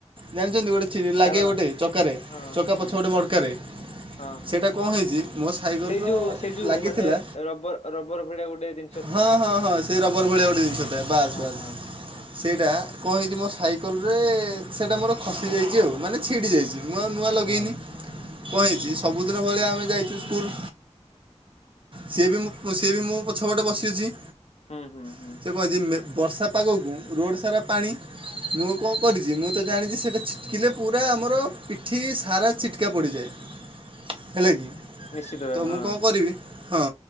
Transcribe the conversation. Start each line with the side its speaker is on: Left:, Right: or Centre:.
Right: ଜାଣିଛନ୍ତି ଗୋଟେ ଚିରି ଲାଗେ
Left: ତାର
Right: ଗୋଟେ ଚକାରେ
Left: ହଁ
Right: ଚକା
Left: ହଁ
Right: ପଛ ପଟେ
Left: ହଁ
Right: ମଡକାରେ।
Left: ହଁ ହଁ।
Right: ସେଇଟା କ ହେଇଛି ମୋ ସାଇକଲର
Left: ସେଇ ଯୋଉ ସେଇ ଯୋଉ
Right: ଲାଗିଥିଲା।
Left: ମାନେ ରବର ରବର ଭଳିଆ ଗୋଟେ ଦି
Right: ହଁ ହଁ ହଁ ସେଇ ରବର ଭଳିଆ ଗୋଟେ ଜିନିଷ ଥାଏ ବାସ୍
Left: ହଁ
Right: ବାସ୍।
Left: ହଁ
Right: ସେଇଟା କ ହେଇଛି ମୋ ସାଇକଲରେ ସେଇଟା ମୋର ଖସିଯାଇଛି ଆଉ ମାନେ ଛିଡ଼ି ଯାଇଛି। ନୂଆ ନୂଆ ଲଗେଇନି।
Left: ହଁ
Right: କ ହେଇଛି ସବୁଦିନ ଭଳିଆ ଆମେ ଯାଇଛୁ ସ୍କୁଲୁ। ସିଏ ବି ମୁଁ ସିଏ ବି ମୁଁ ପଛପଟେ ବସିଛି।
Left: ହୁଁ ହୁଁ।
Right: ସିଏ କହିଛି ମେ ବର୍ଷା ପାଗକୁ ରୋଡ଼ ସାରା ପାଣି। ମୁଁ କଁ କରିଚି? ମୁଁ ତ ଜାଣିଚି ସେ ଦେକ୍ଛ୍। କିଲେ ପୁରା ଆମର ପିଠି ସାରା ଛିଟ୍କା ପଡ଼ିଯାଏ, ହେଲା କି?
Left: ନିଶ୍ଚିତ ଭାବେ
Right: ତ, ମୁଁ
Left: ହଁ।
Right: କଁ କରିବି? ହଁ।